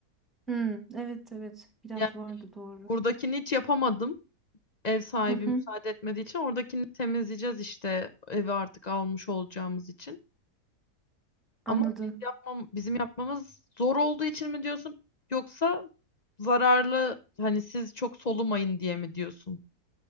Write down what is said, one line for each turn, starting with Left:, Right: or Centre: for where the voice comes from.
Centre: Hmm, evet evet biraz
Left: Yani
Centre: vardı doğru.
Left: buradakini hiç yapamadım. Ev sahibi
Centre: Hı hı.
Left: müsaade etmediği için oradakini temizleyeceğiz işte evi artık almış olacağımız için.
Centre: Anladım.
Left: Ama biz yapmam, bizim yapmamız zor olduğu için mi diyorsun yoksa zararlı hani siz çok solumayın diye mi diyorsun?